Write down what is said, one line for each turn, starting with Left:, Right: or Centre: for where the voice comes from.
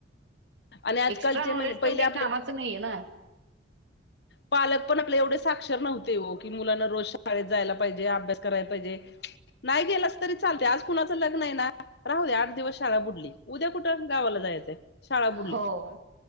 Left: आणि आजकालचे
Right: एक्सट्रा नॉलेज
Left: म्हणजे पहिले
Right: पण क
Left: आपले
Right: नाइये ना
Left: पालक पण एवड साक्षर नव्हते हो की मुलांना रोज शाळेत जायला पाइजे अभ्यास करायला पाइजे नाइ गेलास तरी चालतेय आज कुणाचं लग्न आय ना राहू दे आठ दिवस शाळा बुडली उद्या कुठे गावाला जायचं शाळा बुडली
Right: हो.